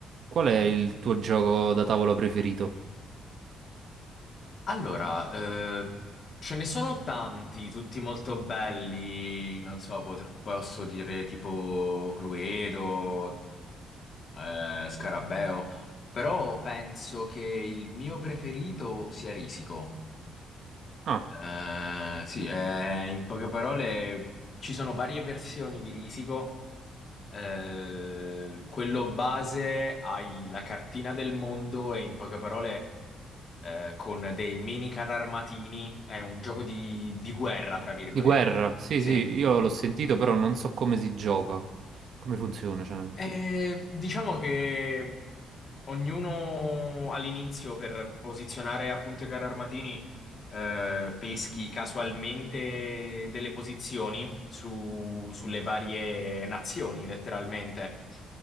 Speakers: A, on the right; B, on the left.
A: Qual è il tuo gioco da tavola preferito?
B: Allora, eh, ce ne sono tanti, tutti molto belli, non so, potr- posso dire tipo Cluedo, eh, Scarabeo, però penso che il mio preferito sia Risico.
A: Ah,
B: Eh, sì, eh, in poche parole ci sono varie versioni di Risico. Eh, quello base hai la cartina del mondo e in poche parole eh, con dei mini carri armatini, è un gioco di, di guerra, tra virgolette.
A: di guerra. Sì,
B: Sì.
A: sì, io l'ho sentito, però non so come si gioca, come funziona, cioè.
B: E diciamo che ognuno all'inizio per posizionare appunto i carri armatini eh, peschi casualmente delle posizioni su- sulle varie nazioni, letteralmente.